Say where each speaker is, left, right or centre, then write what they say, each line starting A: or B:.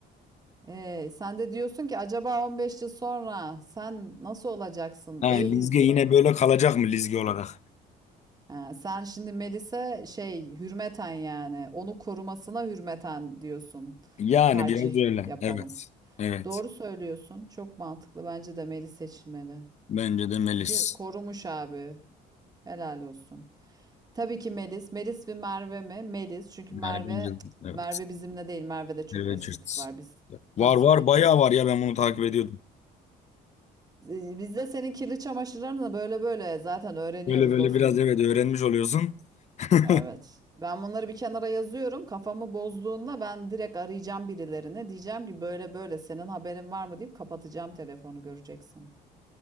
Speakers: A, on the right; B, on the left.
A: Ee, sen de diyorsun ki acaba 15 yıl sonra sen nasıl olacaksın
B: Ha,
A: ey
B: Lizge
A: Lizge?
B: yine böyle kalacak mı Lizge olarak?
A: Ha, sen şimdi Melis'e şey hürmeten yani onu korumasına hürmeten diyorsun
B: Yani
A: tercih
B: biraz öyle.
A: yapalım.
B: Evet. Evet.
A: Doğru söylüyorsun. Çok mantıklı. Bence de Melis seçilmeli.
B: Bence de Melis.
A: Çünkü korumuş abi. Helal olsun. Tabii ki Melis. Melis ve Merve mi? Melis. Çünkü Merve
B: Yani bence de, evet.
A: Merve bizimle değil. Merve'de çok
B: Richards.
A: estetik var. Biz tasvip
B: Var var
A: etmiyoruz.
B: bayağı var ya ben bunu takip ediyordum.
A: Ee, Biz de senin kirli çamaşırlarını da böyle böyle zaten öğreniyoruz
B: Böyle böyle
A: dostum.
B: biraz evet öğrenmiş oluyorsun. <laughs>
A: Evet. Ben bunları bir kenara yazıyorum. Kafamı bozduğunda ben direkt arayacağım birilerine. Diyeceğim ki böyle böyle senin haberin var mı deyip kapatacağım telefonu göreceksin.